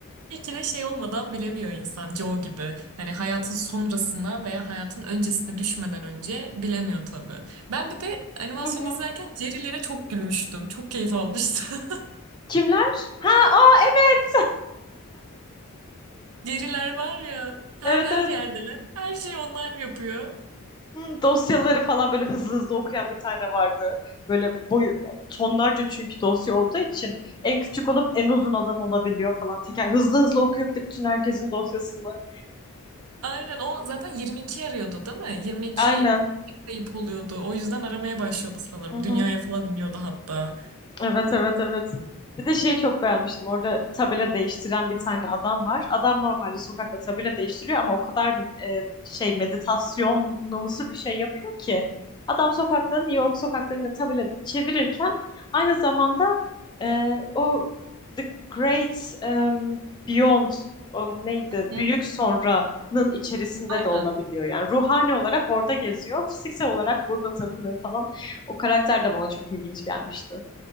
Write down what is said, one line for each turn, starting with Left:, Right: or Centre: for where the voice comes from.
Right: belki de şey olmadan bilemiyor insan Joe gibi. Hani hayatın sonrasına veya hayatın öncesine düşmeden önce bilemiyor tabii. Ben bir de animasyon
Left: hı hı.
Right: izlerken Jerry'lere çok gülmüştüm. Çok keyif almıştım.
Left: Kimler? Ha o evet.
Right: <laughs> Jerry'ler var ya her
Left: Evet
Right: her
Left: evet.
Right: yerdeler. Her şeyi onlar yapıyor.
Left: Hı, Dosyaları falan böyle hızlı hızlı okuyan bir tane vardı. Böyle boyu tonlarca çünkü dosya olduğu için en küçük olup en uzun adam olabiliyor falan. Teker hızlı hızlı okuyup de bütün herkesin dosyasını.
Right: Aynen o zaten 22 arıyordu değil mi? 22
Left: Aynen.
Right: kayıp oluyordu. O yüzden aramaya başlıyordu sanırım.
Left: Hı hı.
Right: Dünyaya falan iniyordu hatta.
Left: Evet evet evet. Bir de şeyi çok beğenmiştim. Orada tabela değiştiren bir tane adam var. Adam normalde sokakta tabela değiştiriyor ama o kadar e, şey meditasyonumsu bir şey yapıyor ki. Adam sokakta New York sokaklarında tabela çevirirken aynı zamanda e, o The Great em, Beyond o neydi?
Right: Hı.
Left: Büyük sonranın içerisinde
Right: Aynen.
Left: de olabiliyor. Yani ruhani olarak orada geziyor. Fiziksel olarak burada takılıyor falan. O karakter de bana çok ilginç gelmişti.